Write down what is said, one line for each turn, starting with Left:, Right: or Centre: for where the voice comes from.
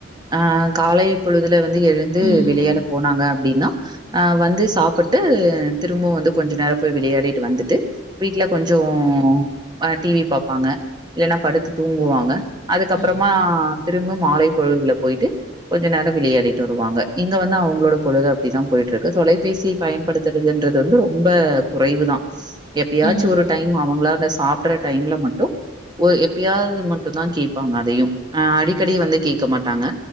Right: ஆ காலை பொழுதுல வந்து எழுந்து
Left: ம்.
Right: விளையாட போனாங்க அப்படின்னா ஆ வந்து சாப்பிட்டு திரும்பவும் வந்து கொஞ்ச நேரோ போய் விளையாடிட்டு வந்துட்டு வீட்டுல கொஞ்சோ பா டி வி பாப்பாங்க இல்லைன்னா படுத்து தூங்குவாங்க அதுக்கப்புறமா
Left: ம்.
Right: திரும்ப மாலை பொழுதுல போயிட்டு கொஞ்ச நேரோ விளையாடிட்டு வருவாங்க இங்க வந்து அவங்களோட பொழுது அப்டிதா போயிட்டு இருக்கு தொலைபேசியை பயன்படுத் துறதுன்றது வந்து ரொம்ப குறைவு தா எப்
Left: ம்.
Right: ச்சு ஒரு டைம் ஆவங்களா அந்த சாப்பிற டைம்ல மட்டும் எப்பயாவது மட்டும் தா கேட்பாங்க அதையும் ஆ அடிக்கடி வந்து கேட்க மாட்டாங்க